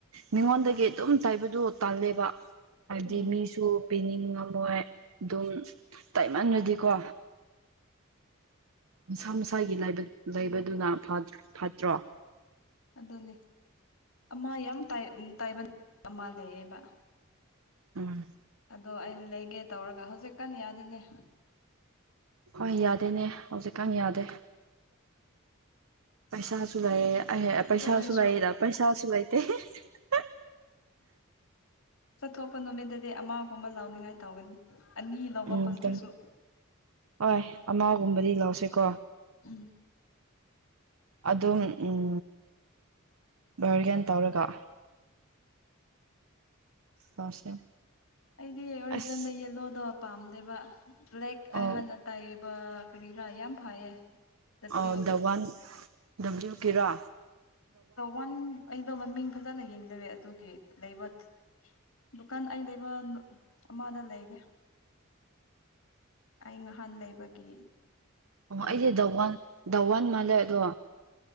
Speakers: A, on the right; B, on the left.
A: ꯃꯤꯉꯣꯟꯗꯒꯤ
B: ꯎꯝ
A: ꯑꯗꯨꯝ ꯇꯥꯏꯕꯗꯨ ꯇꯜꯂꯦꯕ ꯍꯥꯏꯕꯗꯤ
B: ꯎꯝ
A: ꯃꯤꯁꯨ ꯄꯤꯅꯤꯡ ꯉꯝꯃꯣꯏ ꯑꯗꯨꯝ ꯇꯥꯏꯃꯟꯔꯗꯤꯀꯣ ꯃꯁꯥ ꯃꯁꯥꯒꯤ ꯂꯥꯏꯕꯛ ꯂꯩꯕꯗꯨꯅ ꯐꯠꯇ꯭ꯔꯣ
B: ꯑꯗꯨꯅꯦ ꯑꯃ ꯌꯥꯝ ꯇꯥꯢ ꯇꯥꯏꯕꯟ ꯑꯃ ꯂꯩꯌꯦꯕ
A: ꯎꯝ
B: ꯑꯗꯣ ꯑꯩ ꯂꯩꯒꯦ ꯇꯧꯔꯒ ꯍꯧꯖꯤꯛ ꯀꯟ ꯌꯥꯗꯦꯅꯦ
A: ꯍꯣꯏ ꯌꯥꯗꯦꯅꯦ ꯍꯧꯖꯤꯛꯀꯥꯟ ꯌꯥꯗꯦ ꯄꯩꯁꯥꯁꯨ ꯂꯩꯌꯦ ꯑꯍꯦ ꯄꯩꯁꯥꯁꯨ
B: ꯑꯗꯨ ꯑꯣꯏꯔꯁꯨ
A: ꯂꯩꯔ ꯄꯩꯁꯥꯁꯨ ꯂꯩꯥꯇꯦ ꯍꯥꯍꯥꯍꯥ
B: ꯆꯠꯊꯣꯛꯄ ꯅꯨꯃꯤꯠꯇꯗꯤ ꯑꯃꯒꯨꯝꯕ ꯂꯥꯎꯅꯤꯡꯉꯥꯏ ꯇꯧꯒꯅꯤ ꯑꯅꯤ ꯂꯧꯕ
A: ꯎꯝ
B: ꯐꯪꯗ꯭ꯔꯁꯨ
A: ꯊꯦꯡ ꯍꯣꯏ ꯑꯃꯥꯒꯨꯝꯕꯗꯤ ꯂꯧꯁꯤꯀꯣ
B: ꯎꯝ
A: ꯑꯗꯨꯝ ꯎꯝ ꯚꯔꯒꯦꯟ ꯇꯧꯔꯒ ꯂꯧꯁꯦ
B: ꯑꯩꯗꯤ ꯑꯣꯔꯤꯐ꯭ꯂꯦꯝꯗ
A: ꯑꯁ
B: ꯌꯦꯜꯂꯣꯗꯣ ꯄꯥꯝꯗꯦꯕ ꯂꯥꯏꯛ
A: ꯑꯣ
B: ꯑꯩ ꯍꯥꯟꯅ ꯇꯥꯏꯕ ꯀꯔꯤꯔꯥ ꯌꯥꯝ ꯐꯩꯌꯦ ꯗꯕ꯭ꯂꯤꯎ
A: ꯑꯣ ꯗꯋꯥꯟ ꯗꯕꯂꯤꯋꯨꯒꯤꯔꯣ
B: ꯗ ꯋꯥꯟ ꯑꯩꯗꯣ ꯃꯃꯤꯡ ꯐꯖꯅ ꯌꯦꯡꯗꯔꯦ ꯑꯗꯨꯒꯤ ꯂꯩꯕ ꯗꯨꯀꯥꯟ ꯑꯩ ꯂꯩꯕ ꯑꯃꯗ ꯂꯩꯒꯦ ꯑꯩ ꯉꯍꯥꯟ ꯂꯩꯕꯒꯤ
A: ꯑꯣ
B: ꯌꯨꯝꯗ
A: ꯑꯩꯁꯦ ꯙꯋꯥꯟ ꯗꯥꯋꯥꯟ ꯃꯥꯜꯂꯦ ꯑꯗꯣ